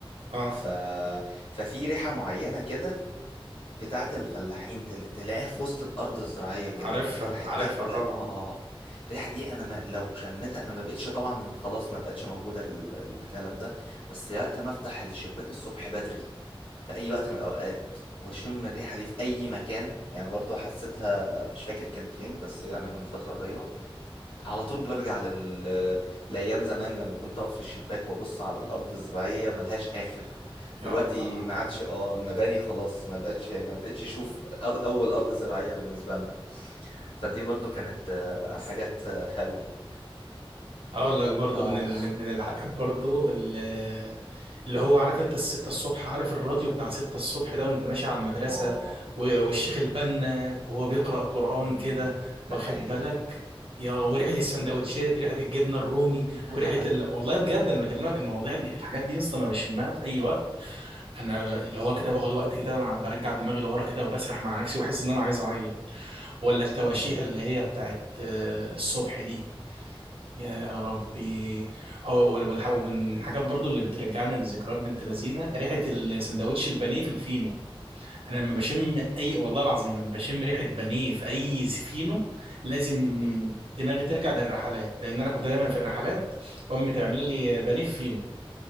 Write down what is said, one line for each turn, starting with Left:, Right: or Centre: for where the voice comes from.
Right: اه
Left: ف... ففي ريحة معينة كده بتاعة الفلاحين تل- تلاقيها في وسط الأرض الزراعية كده
Right: عارفها
Left: اللي هي الحتة
Right: عارفها
Left: كلها
Right: طبعا
Left: اه الريحة دي أنا ما لو شمتها أنا ما بقتش طبعا خلاص ما بقتش موجودة ال- الكلام ده بس وقت ما أفتح الشباك الصبح بدري في أي وقت من الأوقات وأشم الريحة دي في أي مكان يعني برضو حسيتها مش فاكر كانت فين بس يعني من فترة قريبة على طول برجع لل... لأيام زمان لما كنت أقف في الشباك وأبص على الأرض الزراعية ملهاش آخر
Right: يا
Left: دلوقتي
Right: الله
Left: ما عادش اه المباني خلاص ما بقتش ما بقتش أشوف أر... أول أرض زراعية بالنسبة لنا فدي برضو كانت آه، حاجات آه، حلوة
Right: هقول لك برضو
Left: آه
Right: من ال- من من الحاجات برضو اللي, اللي هو عارف انت الستة الصبح عارف الراديو بتاع ستة الصبح ده وانت ماشي على المدرسة
Left: آه
Right: و- والشيخ البنا وهو بيقرأ قرآن
Left: مم.
Right: كده
Left: ده
Right: واخد
Left: حقيقي
Right: بالك يا وريحة السندوتشات ريحة الجبنة الرومي
Left: <laughs>
Right: وريحة ال... والله بجد انا بكلمك المواضيع دي الحاجات دي اصلا ما بشمها في اي وقت انا اللي هو كده باخد وقت كده مع- برجع دماغي لورا كده وبسرح مع نفسي واحس ان انا عايز اعيط ولا التواشيح
Left: مم.
Right: اللي هي بتاعت آه، الصبح دي يا ربي هو وال- والح- ومن الحاجات برضو اللي بترجعني لذكريات بنت لذينه ريحه السندوتش البانيه في الفينو انا لما بشم اي والله العظيم لما بشم ريحه بانيه في اي فينو لازم
Left: مم.
Right: دماغي ترجع للرحلات لان انا كنت دايما في الرحلات امي تعمل لي بانيه في فينو